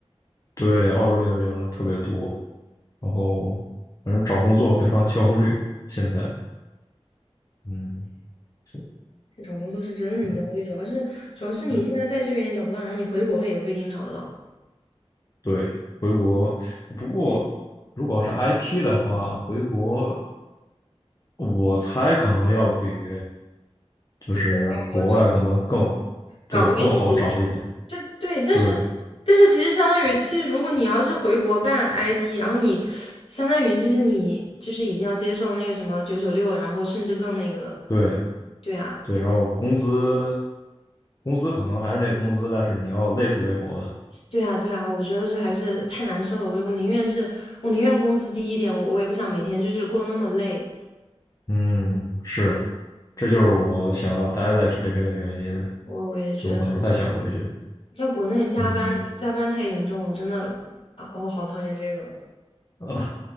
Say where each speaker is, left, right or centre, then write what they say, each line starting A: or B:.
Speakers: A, on the left; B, on the left.
A: 对，澳洲留学生特别多，然后反正找工作非常焦虑。现在，嗯，就
B: 找工作是真的很焦虑，
A: 嗯，
B: 主要是主要是你现在在这边也找不到，
A: 对
B: 然后你回国了也不一定找得到，
A: 对，回国。不过，如果是 IT 的话，回国我猜可能要比就是国外可能更
B: 比国外好找，
A: 对更好找一点。
B: 岗位多一点。这对，但是
A: 对
B: 但是其实相当于，其实如果你要是回国干 IT，然后你相当于就是你就是已经要接受那个什么九九六，然后甚至更那个了。
A: 对，
B: 对啊，
A: 对，然后工资工资可能还是那个工资，但是你要累死累活的。
B: 对啊，对啊，我觉得这还是太难受了。我我宁愿是我宁愿工资低一点，我我也不想每天就是过那么累。
A: 嗯，是，这就是我想要待在这边的原因，
B: 对，我我也觉得是，
A: 就我可能不太想回去。
B: 在国内加班加班太严重了，
A: 嗯，
B: 我真的啊，我好讨厌这个。
A: 啊，